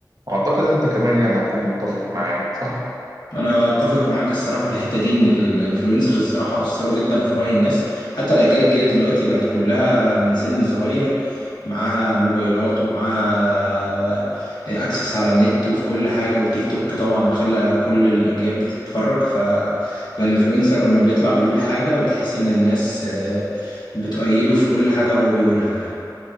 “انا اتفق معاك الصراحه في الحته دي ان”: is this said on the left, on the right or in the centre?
Left